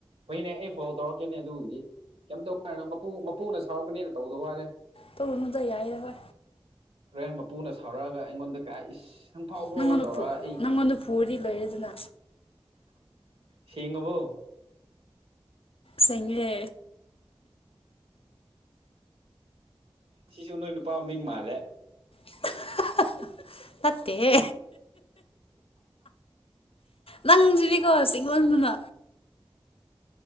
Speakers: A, on the right (about 80°); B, on the left (about 70°).
A: ꯍꯣꯏꯅꯦ ꯑꯩ ꯐꯣꯂꯣ ꯇꯧꯔꯛꯀꯦꯅꯦ ꯑꯗꯨꯒꯤꯗꯤ ꯀꯩꯝꯇꯧꯅ ꯃꯄꯨ ꯃꯄꯨꯅ ꯁꯥꯎꯔꯛꯀꯅꯤꯅ ꯇꯧꯗ ꯋꯥꯂꯦ
B: ꯊꯅꯨꯗ ꯌꯥꯏꯗ ꯐ
A: ꯍꯣꯔꯦꯟ ꯃꯄꯨꯅ ꯁꯥꯎꯔꯛꯑꯒ ꯑꯩꯉꯣꯟꯗ ꯀꯌꯥ ꯏꯁ ꯅꯪ ꯐꯥꯎꯕ꯭ꯔꯣꯒ
B: ꯅꯪꯉꯣꯟꯗ
A: ꯇꯧꯔꯒ ꯑꯩ
B: ꯅꯪꯉꯣꯟꯗ ꯄꯨꯔꯤ ꯂꯣꯏꯔꯦꯗꯅ
A: ꯁꯤ ꯉꯕꯨ
B: ꯁꯔꯦ
A: ꯁꯤꯁꯨ ꯅꯣꯏ ꯅꯨꯄꯥ ꯃꯤꯡ ꯃꯥꯜꯂꯦ
B: ꯑꯍꯥ ꯍꯥ ꯍꯥ ꯅꯥꯇꯦ ꯍꯦ ꯅꯪꯁꯤꯅꯦꯀꯣ ꯆꯤꯡꯃꯣꯟꯗꯨꯅ